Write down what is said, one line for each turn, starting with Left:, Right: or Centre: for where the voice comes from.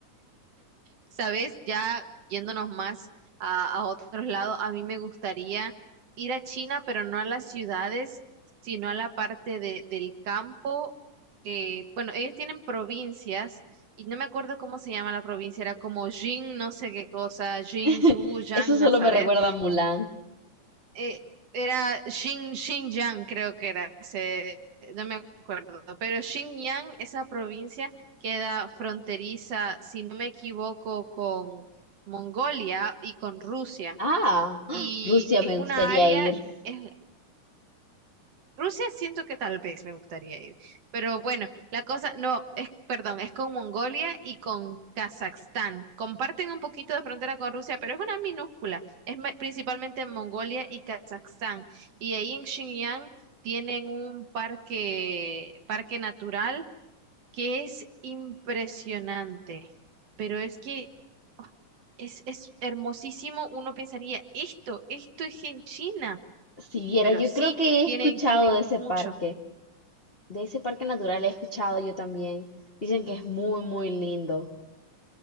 Right: Sabes, ya yéndonos más a, a otros lados, a mí me gustaría ir a China, pero no a las ciudades, sino a la parte de, del campo, que, bueno, ellos tienen provincias, y no me acuerdo cómo se llama la provincia, era como Jing, no sé qué cosa, Jing,
Left: <laughs>
Right: Su, Yang,
Left: Eso solo
Right: a saber,
Left: me recuerda a Mulan.
Right: eh, era Xin, Xinjiang, creo que era, se- no me acuerdo, pero Xinjiang, esa provincia queda fronteriza, si no me equivoco, con Mongolia y con Rusia.
Left: Ah, ¡ah!
Right: Y
Left: Rusia
Right: es
Left: me
Right: una
Left: gustaría
Right: área,
Left: ir.
Right: es, Rusia siento que tal vez me gustaría ir, pero bueno, la cosa, no, es, perdón, es con Mongolia y con Kazajstán. Comparten un poquito de frontera con Rusia, pero es una minúscula. Es me- principalmente Mongolia y Kazajstán. Y ahí en Xinjiang tienen un parque, parque natural que es impresionante, pero es que es, es hermosísimo. Uno pensaría, esto, esto es en China,
Left: Si viera,
Right: pero
Left: yo
Right: sí,
Left: creo que
Right: tienen,
Left: he escuchado
Right: tienen
Left: de ese
Right: mucho.
Left: parque, de ese parque natural he escuchado yo también. Dicen que es muy, muy lindo.